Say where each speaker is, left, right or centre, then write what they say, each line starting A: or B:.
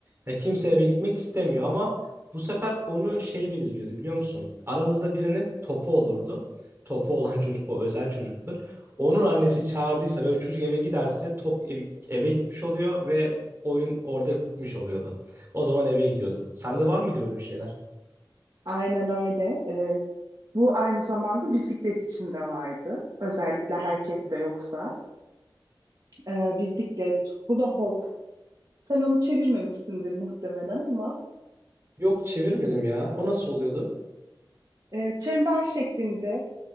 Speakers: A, on the right; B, on the right.
A: Ya kimse eve gitmek istemiyor ama bu sefer onu şey belirliyordu biliyor musun? Aramızda birinin topu olurdu. Topu olan çocuk o özel çocuktur. Onun annesi çağırdıysa ve o çocuk eve giderse top ev- eve gitmiş oluyor ve oyun orada gitmiş oluyordu. O zaman eve gidiyorduk. Sende var mıydı böyle bir şeyler?
B: Aynen öyle. Ee, bu aynı zamanda bisiklet için de vardı. Özellikle herkes de yoksa. Ee, bisiklet, hula hop. Sen onu çevirmemişsindir muhtemelen ama
A: Yok çevirmedim ya. O nasıl oluyordu?
B: e, çember şeklinde